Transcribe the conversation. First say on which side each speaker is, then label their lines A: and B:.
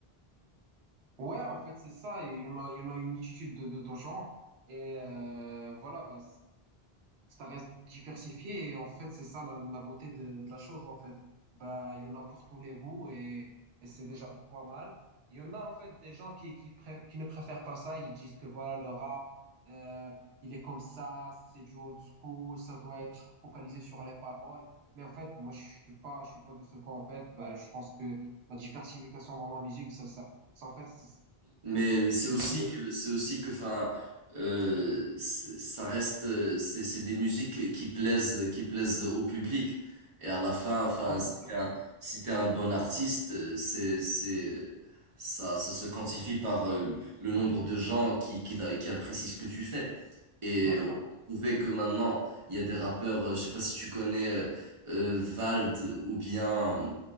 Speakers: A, on the right; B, on the right.
A: Ouais, en fait, c'est ça. Il y en a, il y en a une multitude de, de, de genres. Et euh, voilà, bah ça reste diversifié et en fait c'est ça la, la beauté de, de la chose en fait bah il y en a pour tous les goûts et, et c'est déjà pas mal il y en a en fait des gens qui qui, pré- qui ne préfèrent pas ça ils disent que voilà le rap euh, il est comme ça c'est du old school ça doit être focalisé sur les paroles mais en fait moi je suis pas je suis pas de ce camp en fait bah je pense que la diversification dans la musique ça ça, ça en fait c'est
B: Mais c'est aussi
A: c'est-
B: que c'est aussi que enfin euh, c'est- ça reste euh, c'est c'est des musiques qui plaisent qui plaisent au public et à la fin enfin
A: ouais
B: si
A: bien sûr
B: t'es un si t'es un bon artiste euh, c'est c'est ça ça se quantifie par euh, le nombre de gens qui qui t'a- qui apprécient ce que tu fais et
A: bien sûr
B: on trouvait que maintenant il y a des rappeurs euh, je sais pas si tu connais euh, euh, Vald ou bien